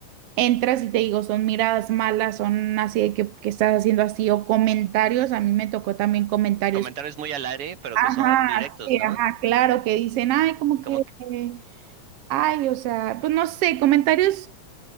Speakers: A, on the right (about 70°); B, on the right (about 55°).
A: entras y te digo, son miradas malas, son así de que, que estás haciendo así, o comentarios, a mí me tocó también comentarios,
B: Comentarios muy al aire, pero
A: ajá,
B: que son directos,
A: sí,
B: ¿no?
A: ajá, claro, que dicen, ay, como que,
B: Como que
A: eh, ay, o sea, pues no sé, comentarios,